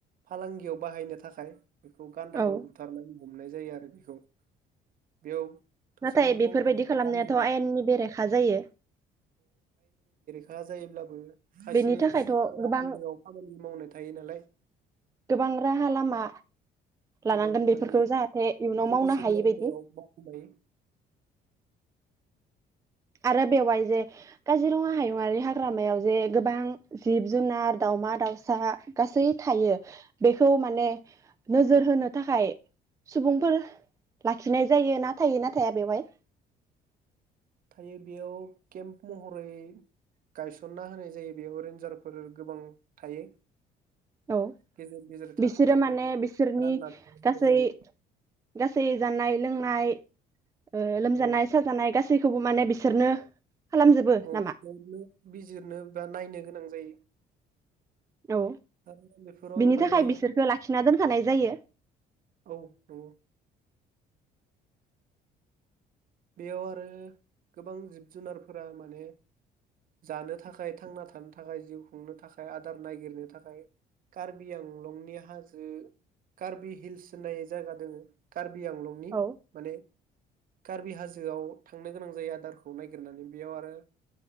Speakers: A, on the right (about 55°); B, on the right (about 20°).
A: फालांगियाव बाहायनो थाखाय बेखौ गान्दाखौ
B: औ
A: बुथारनाय। हमनाय जायो आरो बेखौ। बेयाव थसेल'
B: नाथाय बेफोरबायदि
A: गं थानाय
B: खालामनायाथ'
A: गान्दाखौ
B: आयेननि बेरेखा जायो।
A: हा जायोब्लाबो खायसे
B: बेनि थाखायथ'
A: सुबुंफोरा
B: गोबां
A: आन्दोआव खामानि मावनाय थायो नालाय
B: गोबां राहा लामा लानांगोन
A: गोबां
B: बेफोरखौ
A: माने
B: जाहाथे इयुनाव
A: सिरि
B: मावनो
A: सिरि
B: हायि
A: आन्दोआव
B: बादि।
A: मावनाय
B: आरो बेवहाय जे काजिरङा हायुङारि हाग्रामायाव जे गोबां जिब जुनार दावमा दाउसा गासै थायो खौ माने नोजोर होनो थाखाय सुबुंफोर लाखिनाय जायो ना थायो ना थाया बेवहाय?
A: थायो बेयाव केम्प महरै गायसनना होनाय जायो बेयाव रेन्जारफोर गोबां थायो।
B: औ
A: गेजेर गेजेर थाखो
B: बिसोरो
A: थाखो
B: माने बिसोरनि
A: राननानै होनाय
B: गासै
A: जायो
B: गासै जानाय लोंनाय। ओ लोमजानाय
A: औ
B: साजानाय गासै सैखौबो माने बिसोरनो खालामजोबो
A: अ
B: नामा
A: बिसोरनो बिजिरनो बा नायनो गोनां जायो।
B: औ
A: आरो बेफोराव
B: बिनि
A: माने
B: थाखाय बिसोरखो लाखिना दोनखानाय जायो।
A: औ नंगौ बेयाव आरो गोबां जिब जुनारफोरा माने जानो थाखाय थांना थानो थाखाय जिउ खुंनो थाखाय आदार नागिरनो थाखाय कार्बि आंलंनि हाजो कार्बि हिल्स होननाय जायगा दङो कार्बि। बि आंलंनि
B: औ
A: माने। कार्बि हाजोआव थांनो गोनां जायो आदारखौ नायगिरनानै बेयाव आरो